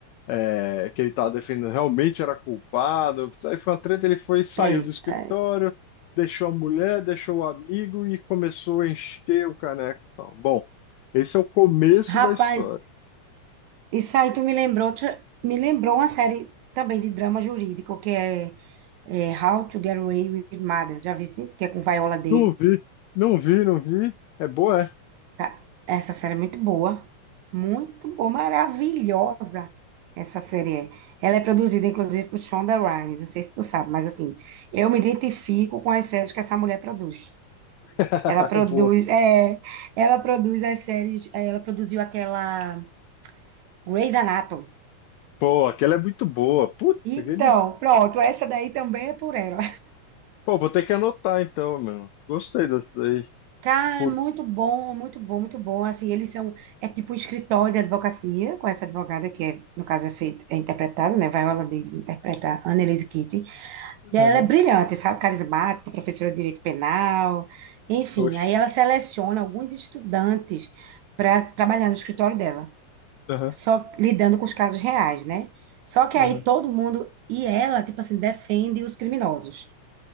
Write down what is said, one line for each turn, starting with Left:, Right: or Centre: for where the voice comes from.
Left: é, que ele estava defendendo realmente era culpado. Aí foi uma treta, ele foi, saiu
Right: Eita.
Left: do escritório, deixou a mulher, deixou o amigo e começou a encher o caneco. e tal. bom, esse é o começo
Right: Rapaz,
Left: da história.
Right: isso aí tu me lembrou, outra- me lembrou uma série também de drama jurídico, que é, é How to Get Away with Murder. Já vi, sim? Que é com Viola Davis.
Left: Não vi, não vi, não vi. É boa, é?
Right: Ca- Essa série é muito boa. Muito boa, maravilhosa. Essa série é. Ela é produzida, inclusive, por Shonda Rhimes. Não sei se tu sabe, mas assim, eu me identifico com as séries que essa mulher produz.
Left: <laughs>
Right: Ela produz,
Left: Boa.
Right: é, ela produz as séries, é, ela produziu aquela Grey's Anatomy.
Left: Pô, aquela é muito boa. Putz,
Right: Então,
Left: aquele...
Right: pronto, essa daí também é por ela.
Left: Pô, vou ter que anotar então, mano. Gostei dessa aí.
Right: Cara,
Left: Por...
Right: é muito bom, muito bom, muito bom. Assim, eles são, é tipo um escritório de advocacia, com essa advogada que, é, no caso, é feito é interpretada, né? Viola Davis interpreta a Annelise Keating. E ela
Left: Aham,
Right: é brilhante, sabe? Carismática, professora de direito penal. Enfim,
Left: Oxe.
Right: aí ela seleciona alguns estudantes para trabalhar no escritório dela,
Left: Aham,
Right: só lidando com os casos reais, né? Só que aí
Left: aham.
Right: todo mundo, e ela, tipo assim, defende os criminosos,